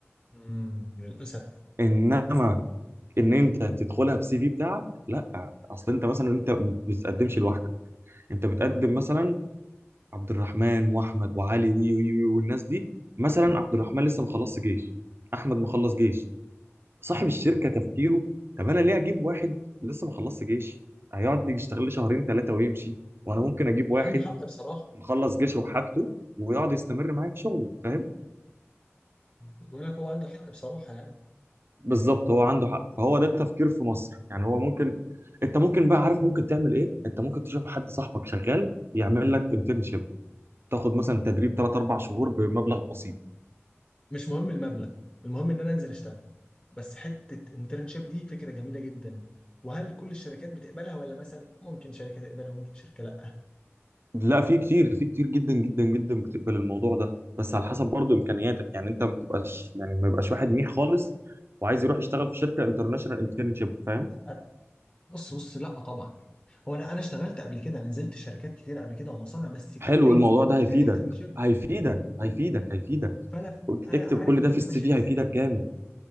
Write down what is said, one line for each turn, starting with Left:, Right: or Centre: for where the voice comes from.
Left: مم، للأسف
Right: انما ان انت تدخلها بسي في بتاعك لا اصل انت مثلا انت ما بتقدمش لوحدك انت بتقدم مثلا عبد الرحمن واحمد وعلي وي وي وي والناس دي مثلا عبد الرحمن لسه مخلص جيش احمد مخلص جيش صاحب الشركه تفكيره طب انا ليه اجيب واحد لسه مخلص جيش هيقعد يشتغل لي شهرين ثلاثه ويمشي وانا ممكن اجيب واحد
Left: وعندي حق بصراحة
Right: مخلص جيشه وحاجته ويقعد يستمر معايا في شغله فاهم
Left: بقول لك هو عنده حق بصراحة يعني
Right: بالظبط هو عنده حق فهو ده التفكير في مصر يعني هو ممكن انت ممكن بقى عارف ممكن تعمل ايه انت ممكن تشوف حد صاحبك شغال يعمل لك انترنشيب تاخد مثلا تدريب 3 4 شهور بمبلغ بسيط
Left: مش مهم المبلغ المهم ان انا انزل اشتغل بس حتة انترنشيب دي فكرة جميلة جدا وهل كل الشركات بتقبلها ولا مثلا ممكن شركة تقبلها وممكن شركة لا
Right: لا في كتير في كتير جدا جدا جدا بتقبل الموضوع ده بس على حسب برضه امكانياتك يعني انت ما بتبقاش يعني ما يبقاش واحد منيح خالص وعايز يروح يشتغل في شركه انترناشونال انترنشيب فاهم
Left: أ- بص بص لا طبعا هو انا انا اشتغلت قبل كده انا نزلت شركات كتير قبل كده ومصانع بس كتريننج
Right: حلو الموضوع ده هيفيدك
Left: كانترنشيب
Right: هيفيدك
Left: فاهم
Right: هيفيدك هيفيدك
Left: فانا انا
Right: اكتب
Left: عارف
Right: كل
Left: الدنيا
Right: ده في السي
Left: ماشية
Right: في
Left: ازاي
Right: هيفيدك جامد